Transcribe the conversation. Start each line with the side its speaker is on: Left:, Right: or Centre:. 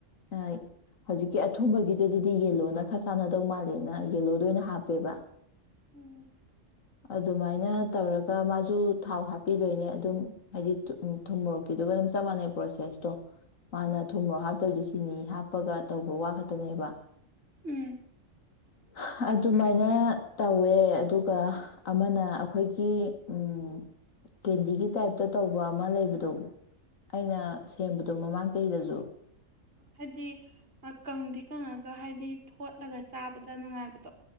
Left: ꯑ ꯍꯧꯖꯤꯛꯀꯤ ꯑꯊꯨꯝꯕꯒꯤꯗꯗꯤ ꯌꯦꯂꯣꯅ ꯈꯔ ꯆꯥꯟꯅꯗꯧ ꯃꯥꯜꯂꯦꯅ ꯌꯦꯂꯣꯗ ꯑꯣꯏꯅ ꯍꯥꯞꯄꯦꯕ
Right: ꯎꯝ
Left: ꯑꯗꯨꯃꯥꯏꯅ ꯇꯧꯔꯒ ꯃꯥꯁꯨ ꯊꯥꯎ ꯍꯥꯞꯄꯤꯗꯣꯏꯅꯦ ꯑꯗꯨꯝ ꯍꯥꯏꯗꯤ ꯊꯨꯝ ꯊꯨꯝ ꯃꯣꯔꯣꯛ ꯀꯤꯗꯨꯒ ꯑꯗꯨꯝ ꯆꯞ ꯃꯥꯟꯅꯩ ꯄ꯭ꯔꯣꯁꯦꯁꯇꯣ ꯃꯥꯅ ꯊꯨꯝꯃꯔꯣꯛ ꯍꯥꯞꯇꯕꯤ ꯆꯤꯅꯤ ꯍꯥꯞꯄꯒ ꯇꯧꯕ ꯋꯥ ꯈꯛꯇꯅꯦꯕ ꯍ
Right: ꯎꯝ
Left: ꯍ ꯍ ꯑꯗꯨꯃꯥꯏꯅ ꯇꯧꯋꯦ ꯑꯗꯨꯒ ꯑꯃꯅ ꯑꯩꯈꯣꯏꯒꯤ ꯎꯝ ꯀꯦꯟꯗꯤꯒꯤ ꯇꯥꯏꯞꯇ ꯇꯧꯕ ꯑꯃ ꯂꯩꯕꯗꯣ ꯑꯩꯅ ꯁꯦꯝꯕꯗꯣ ꯃꯃꯥꯡ ꯆꯍꯤꯗꯁꯨ
Right: ꯍꯥꯏꯗꯤ ꯀꯪꯗꯤ ꯀꯪꯉꯒ ꯍꯥꯏꯗꯤ ꯊꯣꯠꯂꯒ ꯆꯥꯕꯗ ꯅꯨꯡꯉꯥꯏꯕꯗꯣ